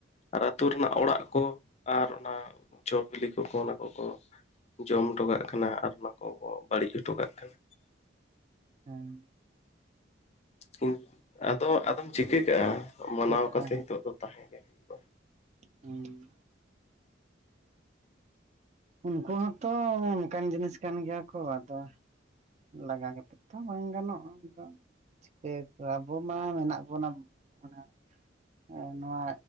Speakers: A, on the left; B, on the right.
A: ᱟᱨ ᱟᱹᱛᱩ ᱨᱮᱱᱟᱜ ᱚᱲᱟᱜ ᱠᱚ ᱟᱨ ᱚᱱᱟ ᱡᱚ ᱵᱤᱞᱤ ᱠᱚᱠᱚ ᱚᱱᱟ ᱠᱚᱠᱚ ᱡᱚᱢ ᱴᱚᱠᱟᱜ ᱠᱟᱱᱟ ᱟᱨ ᱚᱱᱟ ᱠᱚ ᱠᱚ ᱵᱟᱹᱲᱤᱡ ᱦᱚᱴᱚᱠᱟᱜ ᱠᱟᱱᱟ
B: ᱦᱩᱸ
A: ᱠᱤᱱ ᱟᱫᱚ ᱟᱫᱚᱢ ᱪᱤᱠᱟᱹ ᱠᱟᱜᱼᱟ
B: ᱪᱤᱠᱟᱹ
A: ᱢᱟᱱᱟᱣ
B: ᱠᱟᱜᱼᱟ
A: ᱠᱟᱛᱮ ᱱᱤᱛᱚᱜ ᱫᱚ ᱛᱟᱦᱮᱸ ᱜᱮ ᱦᱩᱭᱩᱜᱼᱟ᱾
B: ᱦᱩᱸ ᱩᱱᱠᱩ ᱦᱚᱸᱛᱚ ᱚᱱᱠᱟᱱ ᱡᱤᱱᱤᱥ ᱠᱟᱱ ᱜᱮᱭᱟ ᱠᱚ ᱟᱫᱚ ᱞᱟᱜᱟ ᱠᱟᱛᱮᱜ ᱛᱚ ᱵᱟᱝ ᱜᱟᱱᱚᱜᱼᱟ ᱟᱫᱚ ᱪᱤᱠᱟᱹᱭᱟ ᱠᱚ ᱟᱵᱚ ᱢᱟ ᱢᱮᱱᱟᱜ ᱵᱚᱱᱟ ᱚᱱᱟ ᱮ ᱱᱚᱣᱟ